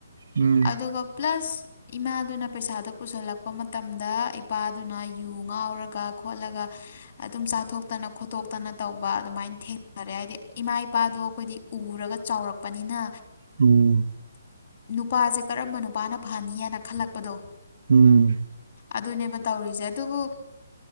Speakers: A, on the right (about 55°); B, on the left (about 40°).
A: ꯎꯝ
B: ꯑꯗꯨꯒ ꯄ꯭ꯂꯁ ꯏꯃꯥꯗꯨꯅ ꯄꯩꯁꯥꯗꯣ ꯄꯨꯁꯜꯂꯛꯄ ꯃꯇꯝꯗ ꯏꯄꯥꯗꯨꯅ ꯌꯨ ꯉꯥꯎꯔꯒ ꯈꯣꯠꯂꯒ ꯑꯗꯨꯝ ꯆꯥꯊꯣꯛꯇꯅ ꯈꯣꯠꯇꯣꯛꯇꯅ ꯇꯧꯕ ꯑꯗꯨꯃꯥꯏꯅ ꯊꯦꯡꯅꯔꯦ ꯍꯥꯏꯗꯤ ꯏꯃꯥ ꯏꯄꯥꯗꯣ ꯑꯩꯈꯣꯏꯗꯤ ꯎ ꯎꯔꯒ ꯆꯥꯎꯔꯛꯄꯅꯤꯅ
A: ꯎꯝ
B: ꯅꯨꯄꯥꯁꯦ ꯀꯔꯝꯕ ꯅꯨꯄꯥꯅ ꯐꯍꯅꯤ ꯍꯥꯏꯅ ꯈꯜꯂꯛꯄꯗꯣ
A: ꯎꯝ
B: ꯑꯗꯨꯅꯦꯕ ꯇꯧꯔꯤꯁꯦ ꯑꯗꯨꯕꯨ